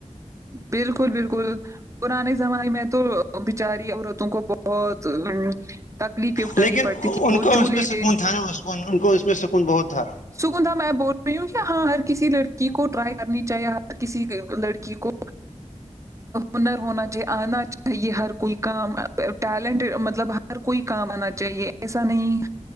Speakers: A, on the right; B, on the left.
A: بالکل بالکل پرانے زمانے میں تو بچاری عورتوں کو بہت تکلیفیں اٹھانی
B: لیکن
A: پڑتی تھی
B: ان
A: وہ
B: کا
A: چولہے
B: اس میں
A: پہ
B: سکون تھا نا مسکون ان کو اس میں سکون بہت تھا
A: سگندھا میں بول رہی ہوں کہ ہاں ہر کسی لڑکی کو ٹرائی کرنی چاہیے ہر کسی لڑکی کو ہنر ہونا چاہیے آنا چاہیے ہر کوئی کام ٹیلنٹ مطلب ہر ہر کوئی کام آنا چاہیے ایسا نہیں